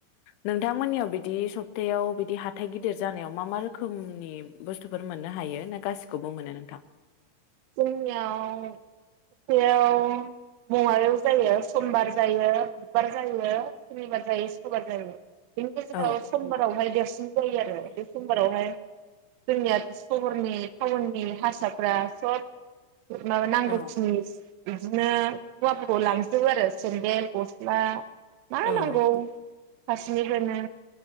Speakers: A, on the left; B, on the right.
A: नोंथांमोननियाव बिदि सब थायाव बिदि हाथाइ गिदिर जानायाव मा मा रोखोमनि बुस्थुफोर मोननो हायो ना गासिखौबो मोनो नोंथां?
B: जोंनियाव हाथाइआव बङायाव जायो समबार जायो बुधबार जायो सनिबार जायो सुक्रबार जायो। बेनिफ्राय
A: औ
B: जोंङो समबारावहाय देरसिन जायो आरो बे समबारावहाय- जोंनिया सहरनि टाउननि हारसाफ्रा सत माबा नांगौ
A: औ
B: खिनिस बिदिनो हवाफोरखौ लांजोबो आरो सेन्देल गस्ला मा
A: औ
B: नांगौ फारसिनैमोनो